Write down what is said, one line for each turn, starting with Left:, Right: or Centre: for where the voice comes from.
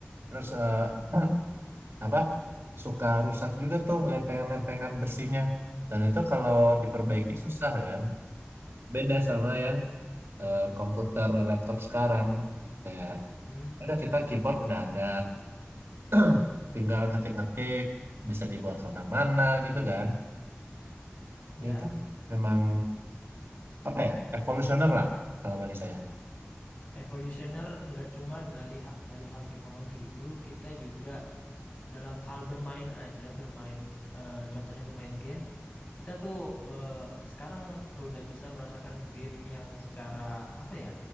Right: terus eh, apa suka rusak juga tuh lempengan-lempengan besinya dan itu kalau
Left: I-
Right: diperbaiki
Left: Oh.
Right: susah kan beda sama yang eh, komputer laptop sekarang kayak
Left: Hmm,
Right: ada kita
Left: mm-mm.
Right: keyboard udah ada. <clears throat> Tinggal ngetik-ngetik, bisa dibawa ke mana-mana gitu kan.
Left: Ya.
Right: Itu memang apa ya? Evolusioner lah kalau bagi saya.
Left: Evolutioner nggak cuma dari ha- dari hal teknologi. Dulu kita juga dalam hal bermain aja, bermain eh, contohnya bermain game, kita tuh eh, sekarang udah bisa merasakan game yang secara apa ya,